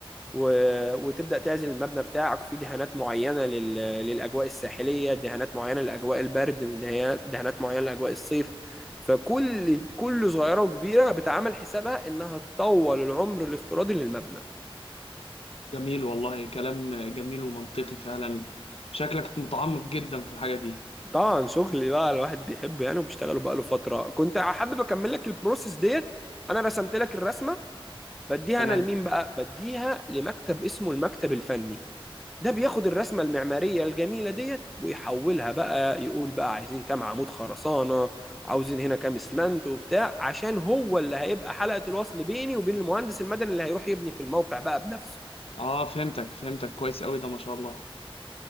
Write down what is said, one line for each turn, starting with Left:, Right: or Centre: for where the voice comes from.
Centre: و... وتبدأ تعزل المبنى بتاعك وفي دهانات معينة لل... للأجواء الساحلية دهانات معينة لأجواء البرد دهيا- دهانات معينة لأجواء الصيف فكل كل صغيرة وكبيرة بتعمل حسابها إنها تطول العمر الافتراضي للمبنى
Left: جميل والله كلام جميل ومنطقي فعلا شكلك متعمق جدا في الحاجة دي
Centre: طبعا شغلي بقى الواحد بيحبه يعني وبيشتغله بقاله فترة كنت حابب أكمل لك البروسيس ديت أنا رسمت لك الرسمة بديها
Left: تمام
Centre: أنا لمين بقى بديها لمكتب اسمه المكتب الفني ده بياخد الرسمة المعمارية الجميلة ديت ويحولها بقى يقول بقى عايزين كام عمود خرسانة عاوزين هنا كام اسمنت وبتاع عشان هو اللي هيبقى حلقة الوصل بيني وبين المهندس المدني اللي هيروح يبني في الموقع بقى بنفسه
Left: اه فهمتك فهمتك كويس قوي ده ما شاء الله